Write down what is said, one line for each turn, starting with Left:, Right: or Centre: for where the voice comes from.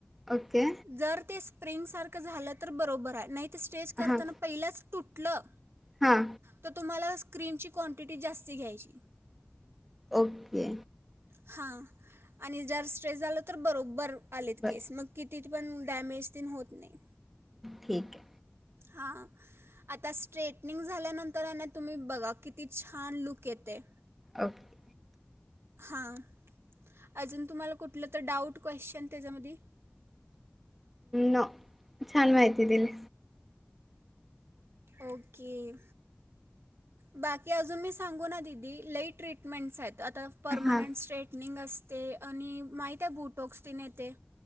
Centre: ओके
Right: जर ते स प्रेम सारखं झालं तर बरोबर आहे. नाही ते स्टेज करताना
Centre: हां
Right: पहिलाच, तुटलं
Centre: हां
Right: तर तुम्हाला अस क्रीमची क्वांटिटी जास्त घ्यायची.
Centre: ओके.
Right: हा आणि जर स्ट्रेस झालं तर बरोब्बर आलेत
Centre: बर
Right: केस मग किती, पण डॅमेज तेन होत नाही.
Centre: ठीके.
Right: हां <unintelligible> आता स्ट्रेटनिंग झाल्यानंतर ना तुम्ही बघा किती, छान लूक येतय.
Centre: ओके
Right: हां, अजून तुम्हाला कुठलं तर डाऊट क्वशचन त्याज्या मधी.
Centre: नो, छान माहीती दिली.
Right: ओके, बाकी अजून मी सांगू ना दिदी लई ट्रीटमेंटस आहेत. आता परमनंट
Centre: हां
Right: स्ट्रेटनिंग अस ते आणि माहीतीये बुटोक्स ते न येते.